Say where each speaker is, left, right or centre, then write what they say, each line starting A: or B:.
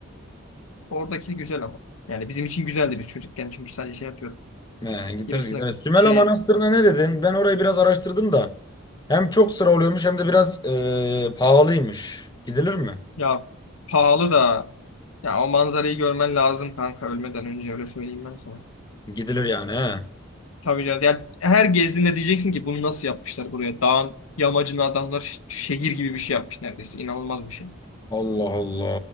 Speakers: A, on the left; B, on the left.
A: Oradaki güzel ama. Yani bizim için güzeldi biz çocukken çünkü sadece şey yapıyorduk.
B: He, gideriz
A: Giresun'a
B: gideriz. Evet, Sümela
A: şey
B: Manastırı'na ne dedin? Ben orayı biraz araştırdım da. Hem çok sıra oluyormuş hem de biraz e, pahalıymış. Gidilir mi?
A: ya pahalı da ya o manzarayı görmen lazım kanka ölmeden önce öyle söyleyeyim ben sana.
B: Gidilir yani he.
A: Tabii canım. Ya her gezdiğinde diyeceksin ki bunu nasıl yapmışlar buraya? Dağın yamacına adamlar ş- şehir gibi bir şey yapmış neredeyse. İnanılmaz bir şey.
B: Allah Allah.